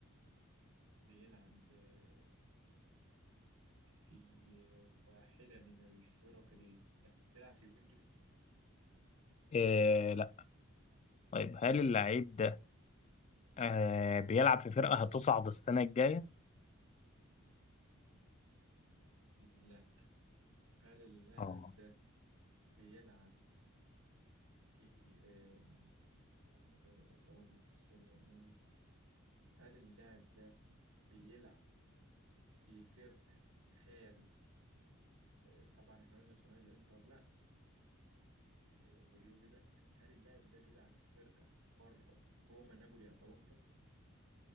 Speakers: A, on the right; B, on the left.
A: بيلعب آه، في واحدة من الفرق ال... يعني بيلعب في يوفنتوس؟
B: آه لا طيب هل اللاعب ده آه بيلعب في فرقة هتصعد السنة الجاية
A: لا هل اللاعب
B: اه
A: ده بيلعب في آه، بيلعب في الدوري الإيطالي السيريا أه هل اللاعب ده بيلعب في فرق خارج آه، طبعا احنا قلنا ثنائي الانتر لا آه، واليوفي لا هل اللاعب ده بيلعب في فرقة بره روما نابولي اتلانتا